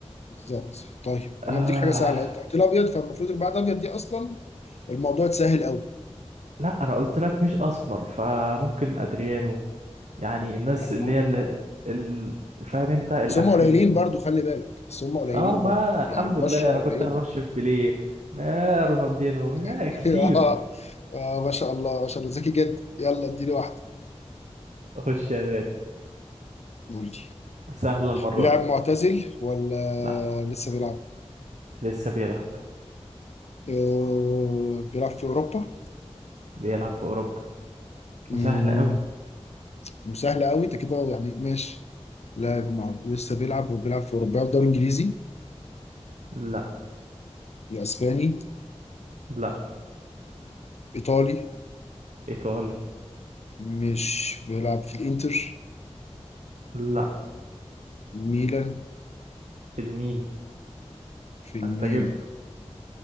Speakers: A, on the left (about 65°); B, on the right (about 85°).
A: بالظبط طيب انا
B: آه...
A: بديك حاجه سهله انت قلت لي ابيض فالمفروض اللي بعد ابيض دي اصلا الموضوع اتسهل قوي
B: لا انا قلت لك مش اسمر فممكن ادريانو يعني الناس
A: لا
B: اللي
A: ما هو
B: هي اللي... ال... فاهم انت القمحي
A: بس هم قليلين برضو خلي بالك بس هم قليلين
B: اه ما
A: برضو
B: الحمد
A: يعني البشرة
B: لله
A: قليلة
B: انا كنت هخش في بيليه ما رونالدينو ما
A: <laughs>
B: كتير
A: اه آه، ما شاء الله ما شاء الله ذكي جدا يلا اديني واحدة
B: اخش يا غالي
A: قول لي
B: سهله المره
A: لاعب
B: دي
A: معتزل ولا
B: لا
A: لسه بيلعب؟
B: لسه بيلعب
A: آه، بيلعب في أوروبا
B: بيلعب في اوروبا
A: مم،
B: وسهله قوي
A: وسهل قوي انت كده يعني ماشي لاعب مع... لسه بيلعب وبيلعب في أوروبا بيلعب دوري إنجليزي
B: لا
A: الأسباني
B: لا
A: إيطالي
B: ايطالي
A: مش بيلعب في الإنتر
B: لا
A: ميلان
B: في الميل
A: في الميلان
B: انت جبته